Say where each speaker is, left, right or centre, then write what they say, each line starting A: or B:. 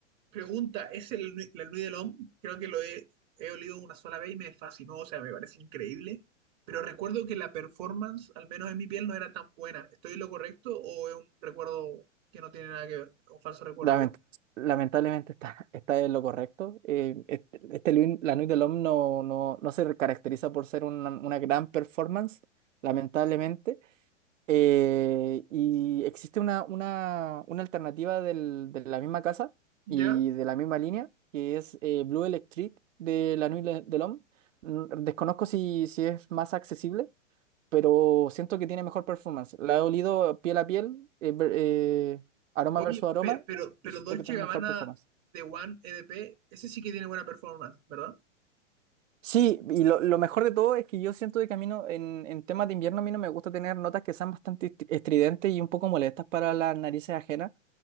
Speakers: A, on the right; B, on the right.
A: Pregunta, ¿es el, Nui- la Nuit de l'Homme? Creo que lo he, he olido una sola vez y me fascinó, o sea, me parece increíble, pero recuerdo que la performance, al menos en mi piel, no era tan buena. ¿Estoy en lo correcto o es un recuerdo que no tiene nada que ver? Un falso recuerdo,
B: Lament-
A: digo.
B: lamentablemente está, <laughs> está en lo correcto. Eh, este, este Louis- La Nuit del l'Homme no, no, no se caracteriza por ser una, una gran performance, lamentablemente. Eh, y existe una, una, una alternativa del- de la misma casa
A: ¿Ya?
B: y de la misma línea, que es eh, Blue Electric de la Nuit Le- de Homme. Mm, Desconozco si, si es más accesible, pero siento que tiene mejor performance. La he olido piel a piel, eh, ver- eh, aroma
A: Oye,
B: versus aroma,
A: pero, pero, pero
B: y siento
A: Dolce
B: que tiene
A: Gabbana
B: mejor performance.
A: de One EDP, ese sí que tiene buena performance, ¿verdad?
B: Sí, y lo, lo mejor de todo es que yo siento de camino en, en temas de invierno a mí no me gusta tener notas que sean bastante estri- estridentes y un poco molestas para las narices ajenas.